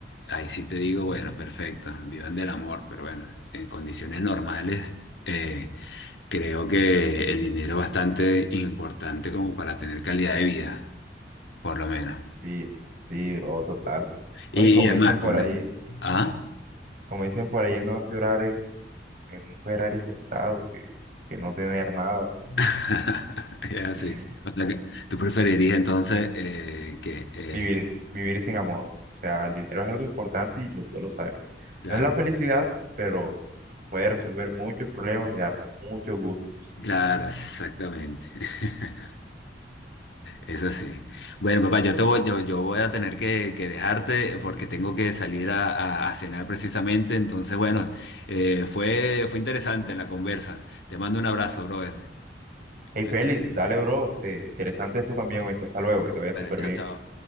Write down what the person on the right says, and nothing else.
y sí, bro, total. No,
y como
dicen por
ahí,
como dicen por ahí, es mejor llorar en, en un Ferrari sentado que, que no tener nada, ¿no?
Y
<laughs>
vivir, vivir sin amor. O sea, el dinero es algo importante y los dos lo sabemos.
No es la felicidad, pero puede resolver muchos problemas y darnos muchos gustos.
Hey,
Félix,
dale, bro. este, interesante esto también, oíste. Hasta luego, que te vaya súper
bien.